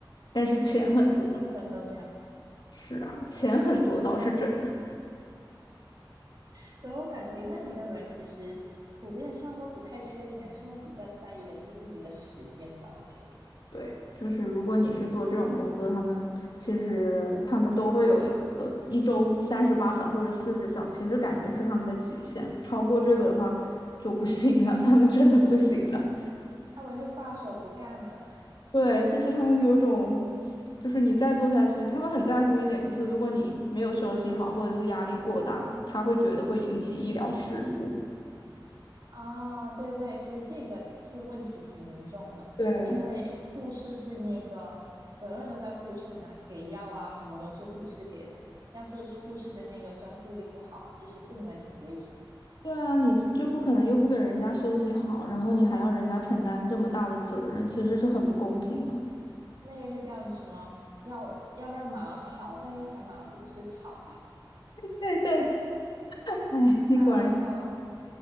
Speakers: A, on the left; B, on the right.
A: 但是钱很多，
B: 是新人都这样，
A: 是啊，钱很多倒是真的。
B: 所以我感觉那里的人其实普遍上都不太缺钱，他们比较在意的是自己的时间吧，我觉得。
A: 对，就是如果你是做这种工作，他们其实他们都会有一个一周三十八小或者四十小，其实感觉是他们的极限，超过这个的话就不行了，他们真的不行了。
B: 他们就罢手不干了。
A: 对，就是他们有种，就是你再做下去，他们很在乎一点，就是如果你没有休息好，或者是压力过大，他会觉得会引起医疗事故。
B: 啊，对对，其实这个是问题挺严重的，
A: 对，
B: 因为护士是那个责任都在护士嘛，给药啊什么都是护士给的。要是护士的那个专注力不好，其实病人挺危险的。
A: 对啊，你就不可能又不给人家休息好，然后你还要人家承担这么大的责任，其实是很不公平的。
B: 那个就叫什么要要让马儿跑，但又嫌马儿不吃草，
A: <laughs> 对对对，哎，
B: <laughs>
A: 你果然是
B: 太好笑了。